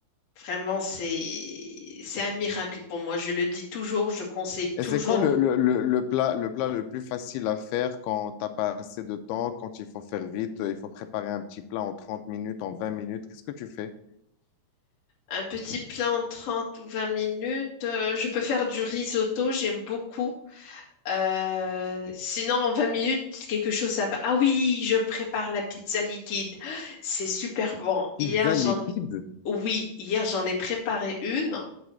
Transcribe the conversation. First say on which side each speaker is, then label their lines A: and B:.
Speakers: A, on the left (about 45°); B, on the left (about 80°).
A: Vraiment, c'est, c'est un miracle pour moi. Je le dis toujours, je conseille
B: Et
A: toujours.
B: c'est quoi le, le, le, le plat, le plat le plus facile à faire quand t'as pas assez de temps, quand il faut faire vite, euh, il faut préparer un petit plat en trente minutes, en vingt minutes. Qu'est-ce que tu fais?
A: Un petit plat en 30 ou 20 minutes. euh, je peux faire du risotto, j'aime beaucoup. Euh, sinon, en 20 minutes, quelque chose à... Ah oui, je prépare la pizza liquide. C'est super bon.
B: Pizza
A: Hier, j'en...
B: liquide?
A: Oui, hier, j'en ai préparé une.